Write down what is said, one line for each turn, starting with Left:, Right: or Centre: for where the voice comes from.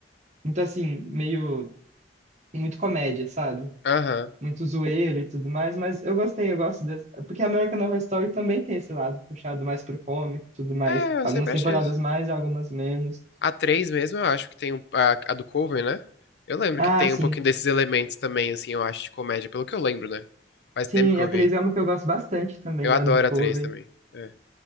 Right: muito assim, meio, muito comédia, sabe?
Left: aham.
Right: Muito zoeira e tudo mais, mas eu gostei, eu gosto dessa. Porque American Horror Story também tem esse lado puxado mais pro cômico e tudo mais.
Left: É, eu
Right: Algumas
Left: sempre
Right: temporadas
Left: achei isso.
Right: mais e algumas menos.
Left: A 3 mesmo, eu acho que tem um, a, a do cover, né? Eu lembro
Right: Ah,
Left: que tem
Right: sim.
Left: um pouquinho desses elementos também, assim, eu acho, de comédia, pelo que eu lembro, né? Faz
Right: Sim,
Left: tempo que eu
Right: a 3
Left: vi.
Right: é uma que eu gosto bastante também,
Left: Eu adoro
Right: a do Coven.
Left: a 3 também. é.